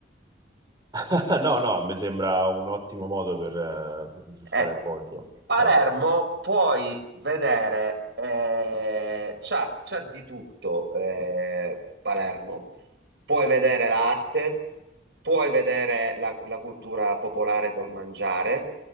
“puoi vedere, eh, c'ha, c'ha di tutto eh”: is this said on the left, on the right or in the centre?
Right